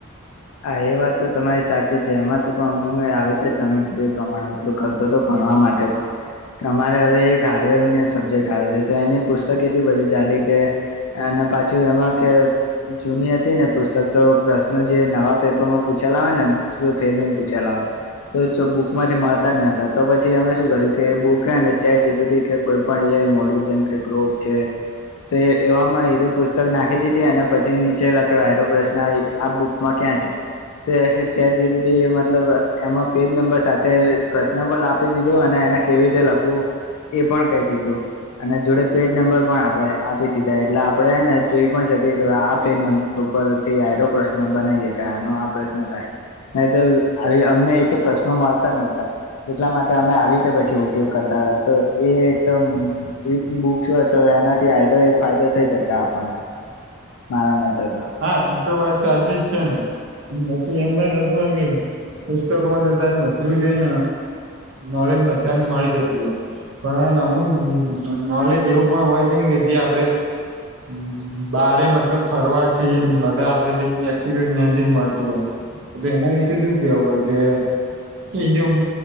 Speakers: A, on the left; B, on the right.
A: હા એ વાત તો તમારી સાચી છે, એમાં તો પણ હું આવે છે, તમે કીધું એ પ્રમાણ કરતો તો ભણવા માટે અમારે હવે એક હાર્ડવેર સબ્જેક્ટ આવે છે, તો એની પુસ્તક એટલી બધી જાડી કે અને પાછું એમાં કે જૂની હતી ને પુસ્તક તો પ્રશ્ન જે નવા પેપરમાં પૂછેલે હોય ને <unintelligible> પૂછેલા તો બુક માંથી મળતા જ નતા તો પછી અમે શું કર્યું કે એ બુકે ને ચેટ જીપીટી કે કોઈ પણ એયાય મોડ વિજન કે ગ્રોપ છે. તો એવામાં હેરે પુસ્તક નાખી દીધી અને પછી નીચે લખ્યો હેરો પ્રશ્ન આ બુકમાં ક્યાં છે? તે ચેક જીપીટી એ મતલબ એમાં પેજ નંબર સાથે પ્રશ્ન પણ આપી દીધો અને એને કેવી રીતે લખવું એ પણ કહી દીધું અને જોડે પેજ નંબર પણ આપણે આપી દીધા એટલે આપડે હેને જોઈ પણ શકીએ કે આ પેજ નં ઉપરથી આયરો પ્રશ્ન બનાવીએ કા નો આ પ્રશ્ન થાય નહી તો આવી અમને એક પ્રશ્નો મળતા જ નતા એટલા માટે અમે આવીતે પછી ઉપયોગ કરતા હતા તો એ એકદમ એ બુક્સ હોય તો એનાથી આયર એક ફાયદો થઈ શકે આપણને મારા મતે તો
B: હા એ તો વાત સાચી જ છે, ને પછી એમ પણ તુ એમ કે પુસ્તકોમાં તધા એમ બધું જ એન નોલેજ બધા ને મળી જતું હોય પણ હેન અમુક નોલેજ એવું પણ હોય છે, કે જે આપડે હ બારે મતલબ ફરવા તે બધા આપડે જે વ્યક્તિગત જ્ઞાનથી જ મળતું હોય એના વિશે શું કેવું હોય કે એથી આમ,